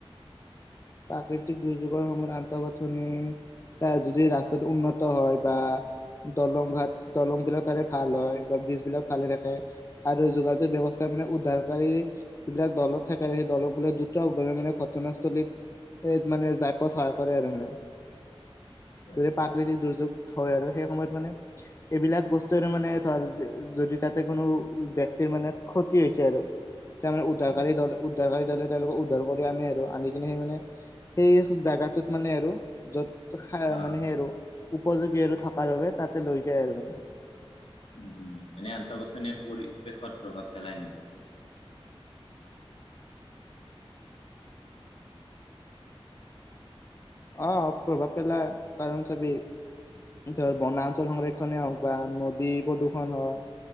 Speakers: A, on the left (about 30°); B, on the left (about 80°).
A: প্ৰাকৃতিক দুৰ্যোগৰ সময়ত আন্তঃগাঁথনি। এয়া যদি ৰাস্তাতটো উন্নত হয় বা, দলং ঘাট দলং বিলাক তাৰে ভাল হয় বা ব্ৰিজবলাক ভালে থাকে, আৰু যোগাযোগ ব্যৱস্থা মানে উদ্ধাৰকাৰী, যিবিলাক দলত থাকে সেই দলক বোলে দুটাভাৱে মানে ঘটনাস্থলীত, স মানে জাইপথ সহায় কৰে আৰু মানে
B: আচ্ছা আচ্ছা
A: ধৰে প্ৰাকৃতিক দুৰ্যোগ, হয় আৰু সেই সময়ত মানে, এইবিলাক বস্তুৰে মানে ধৰ যদি তাতে কোনো ব্য়ক্তিৰ মানে ক্ষতি হৈছে আৰু,
B: <inaudible>
A: তাৰমানে উদ্ধাৰকাৰী
B: অ',
A: দ উদ্ধাৰকাৰী দলে তেওঁলোকক উদ্ধাৰ কৰি আনে আৰু আনি কিনে সেই মানে, সেই জাগাটোত মানে আৰু য'ত
B: অ',
A: মানে সেই আৰু, উপযোগী আৰু থকাৰ বাবে তাতে লৈ যায় আৰু,
B: উম এনে আন্তঃগথনিৰ পৰিৱেশত প্ৰভাৱ পেলাই নেকি?
A: অ প্ৰভাৱ পেলাই কাৰণ চাবি, ধৰ বনাঞ্চল সংৰক্ষণেই হওক বা নদী প্ৰদূৰণ হওক,